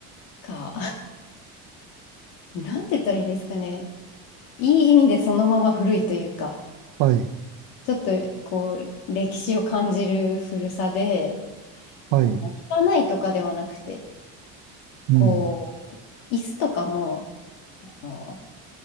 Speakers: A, on the left; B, on the right.
A: か、<laughs> なんて言ったらいいんですかね。いい意味でそのまま古いというか、
B: はい。
A: ちょっとこう、歴史を感じる古さで、
B: はい。
A: あの、汚いとかではなくて、
B: うん。
A: こう、椅子とかも、あの、